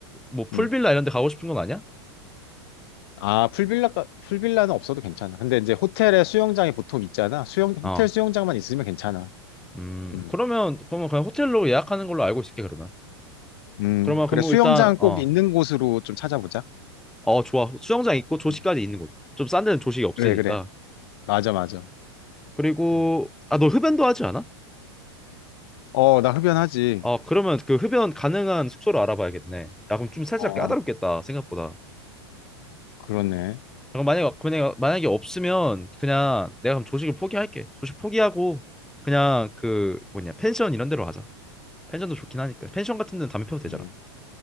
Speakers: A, in the centre; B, on the left.
A: 뭐 풀빌라
B: 음.
A: 이런 데 가고 싶은 건 아니야?
B: 아, 풀빌라, 풀빌라는 없어도 괜찮아. 근데 이제 호텔에 수영장이 보통 있잖아. 수영,
A: 어.
B: 호텔 수영장만 있으면 괜찮아.
A: 음,
B: 음,
A: 그러면 그러면 그냥 호텔로 예약하는 걸로 알고 있을게 그러면.
B: 음,
A: 그러면 그러면
B: 그래. 수영장
A: 일단 어,
B: 꼭 있는 곳으로 좀 찾아보자.
A: 어 좋아. 수영장 있고 조식까지
B: 음.
A: 있는 곳. 좀 싼 데는 조식이 없으니까.
B: 그래, 그래. 맞아, 맞아.
A: 그리고
B: 음.
A: 아 너 흡연도 하지 않아?
B: 어, 나 흡연하지.
A: 어 그러면 그 흡연 가능한 숙소를 알아봐야겠네. 야 그럼 좀 살짝
B: 어,
A: 까다롭겠다 생각보다.
B: 그렇네.
A: 그럼 만약에 만약에 만약에 없으면 그냥 내가 그럼 조식을 포기할게. 조식 포기하고 그냥 그 뭐냐 펜션 이런 데로 하자. 펜션도 좋긴 하니까. 펜션 같은 데는 담배 피워도 되잖아.
B: 음,